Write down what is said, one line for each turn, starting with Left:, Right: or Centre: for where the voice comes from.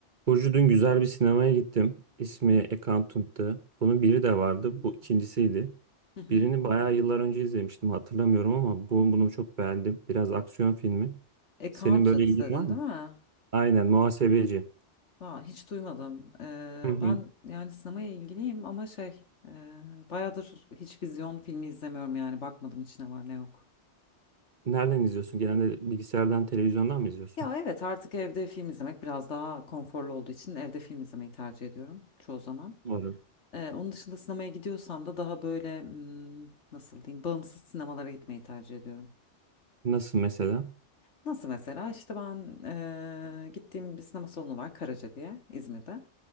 Right: Burcu dün güzel bir sinemaya gittim. İsmi Accountant'tı. Bunun biri de
Left: Hmm.
Right: vardı. Bu ikincisiydi.
Left: Hı hı.
Right: Birini bayağı yıllar önce izlemiştim. Hatırlamıyorum ama bu, bunu çok beğendim. Biraz aksiyon filmi.
Left: Accountant
Right: Senin böyle ilgin
Left: dedin
Right: var mı?
Left: değil mi?
Right: Aynen muhasebeci.
Left: Vay, hiç duymadım. Ee,
Right: Hı hı.
Left: ben yani sinemaya ilgiliyim ama şey e, bayağıdır hiç vizyon filmi izlemiyorum yani bakmadım hiç ne var ne yok.
Right: Nereden izliyorsun? Genelde bilgisayardan, televizyondan mı izliyorsun?
Left: Ya evet artık evde film izlemek biraz daha konforlu olduğu için evde film izlemeyi tercih ediyorum çoğu zaman.
Right: Doğru.
Left: Ee, onun dışında sinemaya gidiyorsam da daha böyle hmm, nasıl diyeyim bağımsız sinemalara gitmeyi tercih ediyorum.
Right: Nasıl mesela?
Left: Nasıl mesela işte ben e, gittiğim bir sinema salonu var Karaca diye İzmir'de.